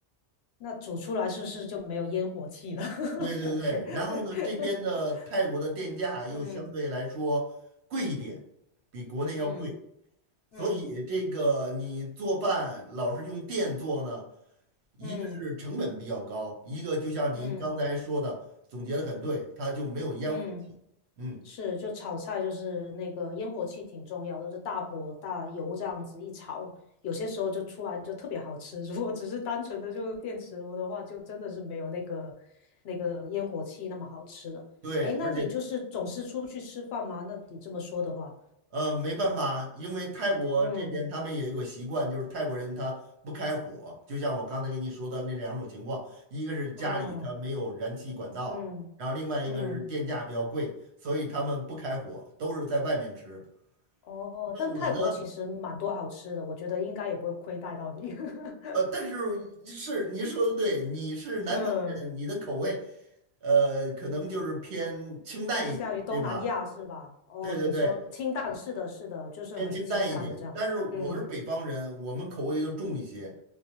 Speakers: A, on the left; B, on the right.
A: 那煮出来是不是就没有烟火气了？<laughs>
B: 对对对，
A: 感觉，
B: 然后呢，
A: <laughs>
B: 这边的泰国的电价又相对来说贵一点，
A: 嗯
B: 比国内要贵，
A: 嗯
B: 所以这个你做饭老是用电做呢，
A: 嗯
B: 一个是成本比较高，
A: 嗯
B: 一个就像您刚才说的，
A: 嗯
B: 总结的很对，它就没有烟火气。
A: 嗯，
B: 嗯，
A: 是，就炒菜就是那个烟火气挺重要的，就大火大油这样子一炒，有些时候就出来就特别好吃。<laughs> 如果只是单纯的就电磁炉的话，就真的是没有那个那个烟火气那么好吃了。
B: 对，
A: 哎，那你就是总是出去吃饭吗？
B: 而且
A: 那你这么说的话，
B: 呃，没办法，因为泰国这边他们有一个习惯，
A: 嗯，
B: 就是泰国人他不开火，就像我刚才跟你说的那两种情况，一个是家里他没有燃气管道，
A: 哦，嗯
B: 然后另外一个是电价比较贵，
A: 嗯。
B: 所以他们不开火，都是在外面吃。
A: 哦，
B: 那我呢，
A: 但泰国其实蛮多好吃的，我觉得应该也不会亏待到你。<laughs>
B: 呃，但是是您说的对，你是南方人，
A: 嗯，
B: 你的口味呃可能就是偏清淡一点，
A: 偏向于东南亚是吧？
B: 对吧？
A: 哦，
B: 对对对，
A: 你说清淡，是的，是的，就是很清淡这样。
B: 偏清淡一点。但是我是北方人，
A: 嗯
B: 我们口味都重一些。